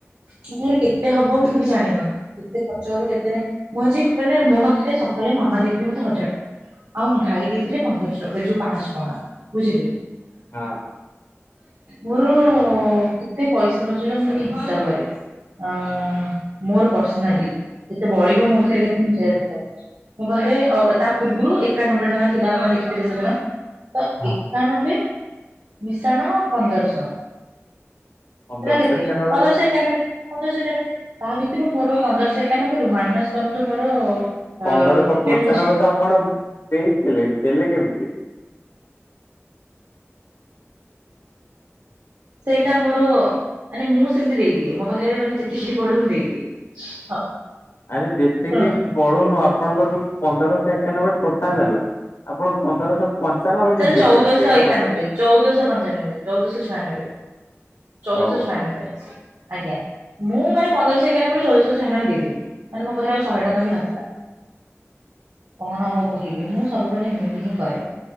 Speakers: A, on the right; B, on the left.
A: ମୋ ପାଖରେ କେତେ ହବ ମୁଁ ବି ଜାଣିନି କେତେ ଖର୍ଚ୍ଚ ହବ କେତେ ମୁଁ ଆଜି ମାନେ ମୋ ପାଖରେ ସକାଳେ ମାମା ଦେଇଥିଲେ ମତେ ହଜାର ଟଙ୍କା ଆଉ ଭାଇ ଦେଇଥିଲେ ପନ୍ଦରଶ ର ଏ ଯୁ ପାଂଶ ଟଙ୍କା ବୁଝିଲେ।
B: ହଁ
A: ମୋର କେତେ ପଇସା ଖର୍ଚ୍ଚ ହେଲା ମୁଁ ଟିକେ ହିସାବ କରେ। ଅ ମୋର ପର୍ସନାଲି କେତେ ବଳିବ ମୋ ପାଖରେ କେତେ <unintelligible> ମୋ ପାଖରେ ତା ପୂର୍ବରୁ ଏକାନବେ ଟଙ୍କା ଥିଲା ଆପଣ ଦେଖିଥିଲେ ସେଦିନ। ତ
B: ହଁ
A: ଏକାନବେ ମିଶାଣ ପନ୍ଦରଶହ।
B: ପନ୍ଦରଶହ
A: ହେରା କେତେ
B: ଏକାନବେ
A: ପନ୍ଦଶ ଏକାନବେ ପନ୍ଦରଶ୍ ଏକାନବେ ତା ଭିତରୁ ମୋର ପନ୍ଦରଶ ଏ ଏକାନବେରୁ ମାଇନସ କରନ୍ତୁ ମୋର ଅ
B: ପନ୍ଦରଶହ
A: ଟିକେଟ
B: ପଞ୍ଚାନବେ
A: ହଉଛି
B: ତ ଆପଣ ଦେଇଥିଲେ ଦେଲେ କେମିତି?
A: ସେଇଟା ମୋର ମାନେ ମୁଁ ସେମିତି ଦେଇଦିଏ ମୋ ପାଖରେ ମାନେ ଯେତିକି ବଳୁ ମୁଁ ଦେଇଦିଏ। ହଉ।
B: ଆରେ ଯେତିକି
A: ଶୁଣ
B: ବଳୁ ନୁହ ଆପଣଙ୍କର ପନ୍ଦରଶ ଏକାନବେ ଟୋଟାଲ ହେଲା। ଆପଣ ପନ୍ଦରଶହ ପଞ୍ଚାନବେ
A: ସେଟା
B: କେମିତି
A: ଚଉଦଶ
B: ଦେଲେ ସେଇଟା
A: ଏକାନବେ
B: ପଚାରୁଚି?
A: ଚଉଦଶ ପଞ୍ଚାନବେ ଚଉଦଶ ଛୟାନବେ। ଚଉଦଶ
B: ଓହୋ
A: ଛୟାନବେ ଆଜ୍ଞା ମୁଁ ମାନେ ପନ୍ଦରସ ଏକାନବେରୁ ଚଉଦଶହ ଛୟାନବେ ଦେଇଦେଲି। ମାନେ ମୋ ପାଖରେ ଆଉ ଶହେ ଟଙ୍କ ବି ନଥିଲା। କଣ ଆଉ କହିବି ମୁଁ ସବୁବେଳେ ହେମିତି ହିଁ କରେ।